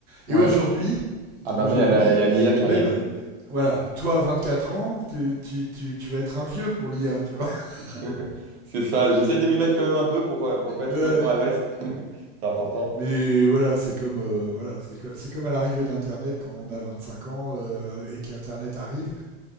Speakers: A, on the right (about 30°); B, on the right (about 80°).
A: Et
B: Ouais.
A: aujourd'hui,
B: Ah, maintenant,
A: aujourd'hui,
B: il y a la- il y a l'IA qui
A: même,
B: arrive.
A: voilà, toi, 24 ans, tu, tu, tu, tu vas être un vieux pour l'IA, tu vois. <laughs>
B: <laughs> C'est ça. J'essaie de m'y mettre quand même un peu pour, euh, pour pas être
A: Ouais,
B: complètement
A: ouais.
B: à l'ouest. <laughs> C'est important.
A: Mais voilà, c'est comme, euh, voilà, c'est co- c'est comme à l'arrivée d'Internet quand on a 25 ans euh, et qu'Internet arrive.